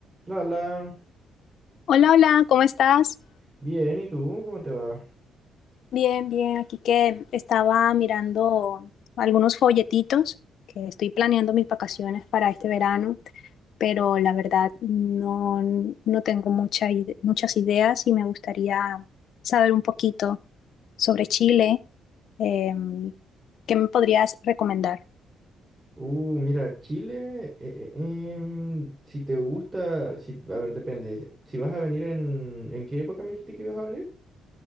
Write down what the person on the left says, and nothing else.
Hola, hola, ¿cómo estás?
Bien, bien, aquí que estaba mirando algunos folletitos que estoy planeando mis vacaciones para este verano, pero la verdad no, no tengo mucha ide- muchas ideas y me gustaría saber un poquito sobre Chile. Em, ¿qué me podrías recomendar?